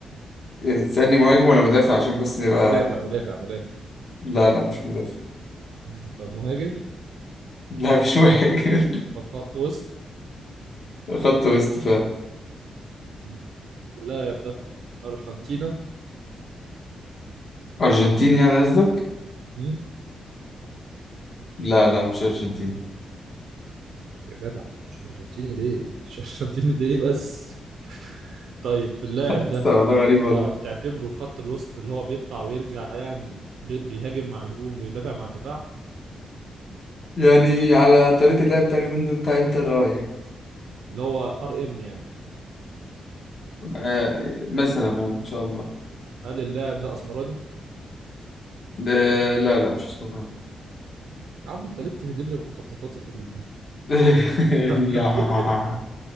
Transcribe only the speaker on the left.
إيه، تسألني مهاجم ولا مدافع عشان بس نبقى
لا لا مش مدافع
لا مش مهاجم
<laughs> خط وسط فاهم
أرجنتيني يعني قصدك؟
لا لا مش أرجنتيني
<laughs> بس
والله غريب والله
يعني على طريقة اللعب بتاع اليومين دول بتاع انتر اه يعني
آه مثلا اه ان شاء الله
ده- لا لا مش اسمه بقى
<laughs>
يا